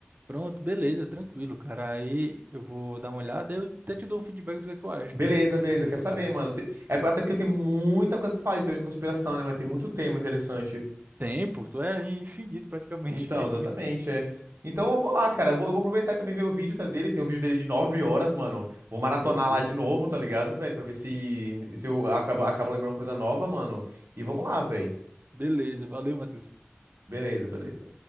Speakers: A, on the right; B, on the right.
A: Pronto, beleza, tranquilo, cara. Aí eu vou dar uma olhada e eu até te dou um feedback do que é que eu acho,
B: Beleza,
A: né, do, do
B: beleza,
A: conteúdo
B: eu quero
A: do cara.
B: saber, mano. Tem- É até porque tem muita coisa pra falar de teoria de conspiração, né, mano? Tem muito tema interessante.
A: Tempo, tu é infinito praticamente.
B: Então,
A: <laughs>
B: exatamente, é. Então eu vou lá, cara. Eu vou, eu vou aproveitar e também ver o vídeo tá, dele. Tem um vídeo dele de 9 horas, mano. Vou maratonar
A: Meu Deus,
B: lá de novo,
A: velho.
B: tá ligado, velho? Pra ver se, se eu acabo, acabo lembrando coisa nova, mano. E vamos lá, velho.
A: Beleza, valeu, Matheus.
B: Beleza, beleza.